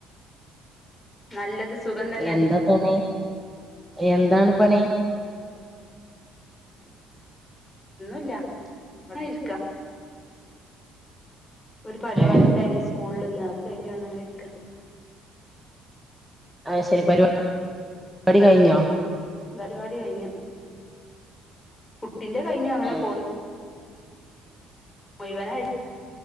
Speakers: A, on the left; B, in the centre.
A: നല്ലത് സുഖം തന്നെ
B: എന്താ പണി എന്താണ്? പണി
A: ഇല്ല ഇങ്ങനെരിക്ക ഒരു പരിവാടി
B: ഏ
A: ഇണ്ടായിന്ന് സ്കൂൾ ല് ഇന്ന് അത് കഴിഞ്ഞുവന്നിങ്ങനെരിക്കാ
B: അത്ശരി പരി വാടി കയിഞ്ഞോ
A: പരിവാടി കഴിഞ്ഞു ട്ടിൻ്റെ കയ്ഞു അങ്ങനെ
B: ഏ
A: പോന്ന് മുയിവനായ്